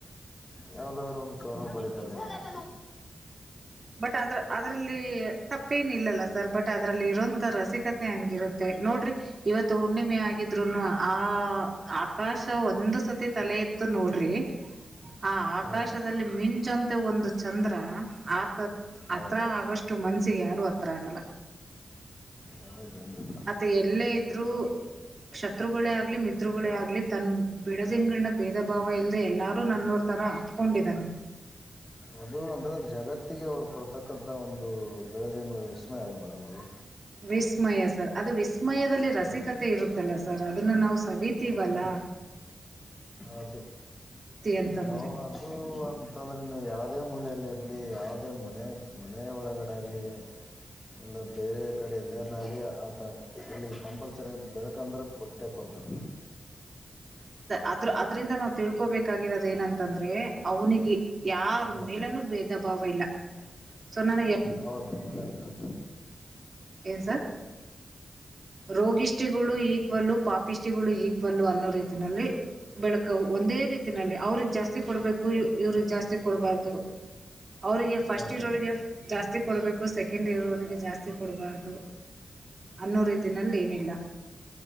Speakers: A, on the left; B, on the right.
A: ಯಾವ್ದಾದ್ರು ಒಂದು ಕವನ ಬರುತ್ತೆ ಮಲ್ಲ
B: ಬಟ್ ಅದ್ರ ಅದ್ರಲ್ಲಿ ತಪ್ಪೇನು ಇಲ್ಲಲ್ಲ ಸರ್ ಬಟ್ ಅದ್ರಲ್ಲಿ ಇರೋಂತ ರಸಿಕತೆ ಹಂಗಿರುತ್ತೆ ನೋಡ್ರಿ ಇವತ್ತು ಹುಣ್ಣಿಮೆ ಆಗಿದ್ರುನು ಆ ಆಕಾಶ ಒಂದು ಸತಿ ತಲೆ ಇತ್ತು ನೋಡ್ರಿ ಆ ಆಕಾಶದಲ್ಲಿ
A: ಹಾಂ ಹೌದು
B: ಮಿಂಚಂತೆ ಒಂದು ಚಂದ್ರ ಆತ ಹತ್ರ
A: ಹೌದು
B: ಆಗಷ್ಟು ಮನ್ಸಿಗೆ ಯಾರು ಹತ್ರ ಆಗಲ್ಲ
A: ಹೌದು ಮೇಡಮ್
B: ಮತ್ತೆ ಎಲ್ಲ ಇದ್ರು ಶತ್ರುಗಳೇ ಆಗ್ಲಿ ಮಿತ್ರರುಗಳೇ ಆಗ್ಲಿ ತನ್ ಬಿಡದಿಂಗಳನ ಭೇದ ಭಾವ ಇಲ್ದೆ ಎಲ್ಲಾರೂ ನನ್ನೂರ್ ತರ ಅಪ್ಕೊಂಡಿದಾನೆ
A: ಅದು ಅಂತಂದ್ರೆ ಜಗತ್ತಿಗೆ ಅವ ಕೊಡ್ತಕ್ಕಂಥ ಒಂದು ಬೆಳೆದಂಗಳ ವಿಷಮಯ ಅಲ್ಲ ಮೇಡಮ್ ಅದು
B: ವಿಸ್ಮಯ ಸರ್ ಅದು ವಿಸ್ಮಯದಲ್ಲಿ ರಸಿಕತೆ
A: ಹ್ಮ್
B: ಇರುತ್ತಲ್ಲ ಸರ್ ಸರ್ ಅದನ್ನ ನಾವವು ಸವತೀವಲ್ಲ
A: ಅದು
B: ಅಂತಂದ್ರೆ
A: ಹ ಅದು ಅಂತಂದ್ರೆ ನೀವು ಯಾವದೇ ಮೂಲೆಯಲ್ಲಿ ಆಗಲಿ ಯಾವುದೇ ಮನೆ ಮನೆೆಯ ಒಳಗಡೆ ಆಗಲಿ ಎಲ್ಲ ಬೇರೆ ಕಡೆ ಇಲ್ಲನಾಗ ಆತ ಇಲ್ಲಿ ಕಂಪಲ್ಸರಿ ಬೆಳಕಂದ್ರೆ ಕೊಟ್ಟೆ ಕೊಡ್ತ ತ್ತರ
B: ಆದ್ರ ಅದ್ರಿಂದ ನಾವು ತಿಳ್ಕೋಬೇಕಾಗಿರೋದ ಏನಂತಂದ್ರೆ ಅವನಿಗೆ ಯಾರ
A: ಹ್ಮ್
B: ಮೇಲನುೂ ಭೇದ ಭಾವ ಇಲ್ಲ ಸನ್ನನ
A: ಹೌದ ಅ
B: ಏನ್ ಸರ್ ರೋಗಿಷ್ಟಿಗಳು ಈಕ್ವಲ್ಲು ಪಾಪಿಷ್ಟಿಗಳು ಈಕ್ವಲ್ಲ ಅನ್ನೋ ರೀತಿ ಲ್ಲಿ ಬೆಳಕ ಒಂದೇ ರೀತಿನಲ್ಲಿ ಅವ್ರಿಗೆ ಜಾಸ್ತಿ ಕೊಡಬೇಕು ಇವ್ರಿಗೆ ಜಾಸ್ತಿ ಕೊಡಬಾರ್ದು ಂದು <unintelligible> ಅವ್ರಿಗೆ ಫಸ್ಟ್
A: ಹೌದೌದು
B: ಇರೋರಿಗೇ ಅವಿಗೆ ಜಾಸ್ತಿ ಕೊಡ್ಬೇಕು ಸೆಕೆಂಡ್ ಇರೋರಿಗೆ
A: ಮೇಡಮ್
B: ಅವರಿಗೆ ಜಾಸ್ತಿ ಕೊಡ್ಬಾರ್ದು
A: <inaudible> <unintelligible>
B: ಅನ್ನೋ ರೀತಿನಲ್ಲಿ ಏನಿಲ್ಲ